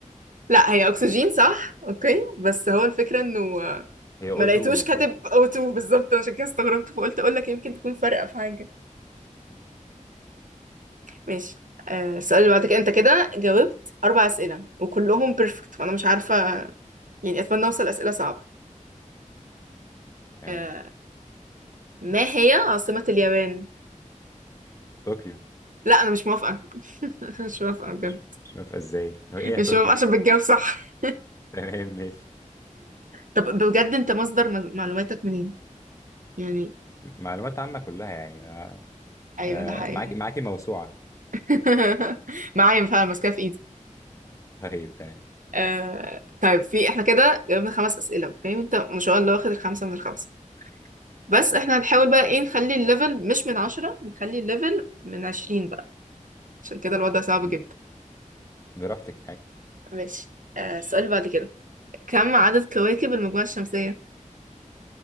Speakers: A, on the right; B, on the left.
A: لا هي أكسجين صح أوكي بس هو الفكرة إنه
B: هي اوتو
A: ما لقيتوش
B: المفروض
A: كاتب O2 بالظبط عشان كده استغربت فقلت أقول لك يمكن تكون فارقة في حاجة ماشي آه، السؤال اللي بعدك أنت كده جاوبت أربع أسئلة وكلهم بيرفكت فأنا مش عارفة يعني أتمنى أوصل أسئلة صعبة
B: تمام
A: آه، ما هي عاصمة اليابان؟
B: طوكيو
A: لا أنا مش موافقة <laughs> مش موافقة بجد
B: مش مش موافقة ازاي هو ايه هي
A: مش
B: طوكيو
A: موافقة عشان بتجاوب صح
B: <laughs> تمام ماشي
A: طب بجد أنت مصدر مز- معلوماتك منين؟ يعني
B: م- معلومات عامة كلها يعني ما...
A: أيوه
B: انا
A: ده حقيقي
B: معاكي معاكي موسوعة
A: <laughs> معايا فعلا ماسكاها في إيدي
B: طيب تمام
A: آه... طيب في احنا كده جاوبنا خمس أسئلة أوكي أنت ما شاء الله واخد الخمسة من الخمسة بس احنا هنحاول بقى إيه نخلي الليفل مش من عشرة نخلي الليفل من عشرين بقى عشان كده الوضع
B: <laughs>
A: صعب
B: م-
A: جدا
B: براحتك معاكي
A: ماشي آه السؤال اللي بعد كده كم عدد كواكب المجموعة الشمسية؟